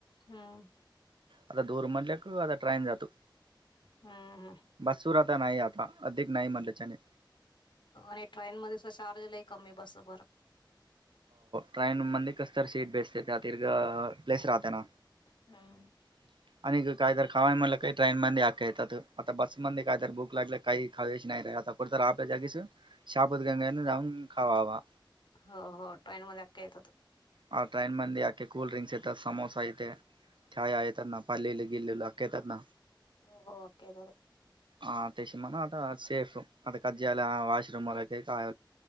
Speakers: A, on the left; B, on the right.
A: हम्म.
B: आत्ता डोर म्हटल्या का, ड्राइंग जातो.
A: हम हम.
B: बच्चू आता नाही आता, अधिक नाही म्हटले चणे.
A: आणि ट्रेनमध्ये ससावे लय कमी बसवर.
B: ट्रेनमध्ये कसं तरी सीट बसते त्या दीर्घ लाईन्स राहते ना.
A: हम्म.
B: <inaudible> आणि काहीतर खावाय म्हणलं काही ट्रेन मध्ये अक् येतात. आता बसमध्ये काहीतर भूक लागलं काही खावेची नाही रे आत. कुठे तर आपल्या जागेच, शाबूत गंगेत जाऊन खावावा.
A: हो हो ट्रेनमध्ये अख्ख्या येतंत.
B: आ ट्रेनमध्ये अक्के कोल्ड्रिंक्स येतात समोसा येतेया. काय आहे नफा लिहिलं गेलेलं, अख्खे येतात ना.
A: हो हो केलं रे.
B: अ देशमना आता सेफ आता काजी आल्या आश्रमावर ते <unintelligible>